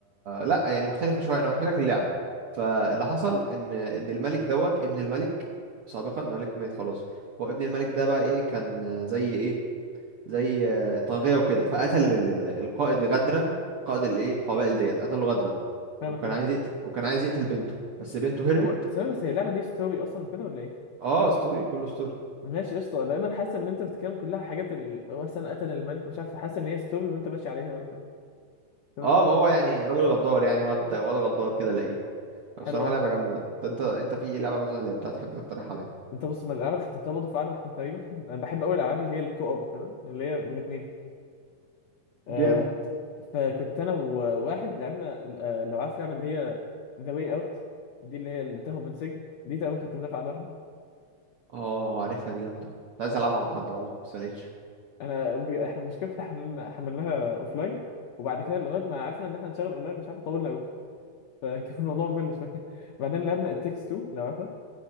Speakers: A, on the right (about 70°); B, on the left (about 80°).
A: لا يعني مختلفه شويه انا بحكي لك اللعبه فاللي حصل ان ان الملك دوت ابن الملك سابقا الملك مات خلاص هو ابن الملك ده بقى ايه كان زي ايه زي آه، طاغيه وكده فقتل ال- ال- القائد غدرا قائد الايه القبائل ديت قتله غدرا
B: فاهمك
A: وكان
B: ايوه
A: عايز يقتل وكان عايز يقتل بنته بس بنته هربت
B: هو ثواني بس هي اللعبه دي ستوري اصلا كده ولا ايه؟
A: اه ستوري كله ستوري
B: ماشي قشطه لان انا حاسس ان انت بتتكلم كلها حاجات ال... مثلا قتل الملك ومش عارف حاسس ان هي ستوري وانت ماشي عليها بقى وكده تمام
A: اه ما هو يعني راجل غدار يعني واد واد غدار كده لاقيه بصراحه
B: حلو أوي.
A: لعبه جامده ده انت انت في ايه لعبه مثلا اللي بتاعت تحب تقترح عليا
B: انت بص من الالعاب اللي ختمتها برضه في قعده واحده تقريبا انا بحب قوي الالعاب اللي هي الكو اوب تمام اللي هي من اتنين آه،
A: جامد.
B: فكنت انا وواحد لعبنا ال- آه، لو عارف اللعبه اللي هي ذا واي اوت دي اللي هي اللي تهرب من سجن دي تقريبا ختمناها في قعده واحده
A: اه عارفها دي جامدة كنت عايز العبها مع حد والله بس ملقتش
B: وانا بج- احنا المشكله كنا حملنا حملناها اوف لاين وبعد كده لغايه ما عرفنا ان احنا نشغل اونلاين مش عارف طولنا قوي <laughs> فكان الموضوع ممل شويه <laughs> بعدين لعبنا التكس 2 لو عارفها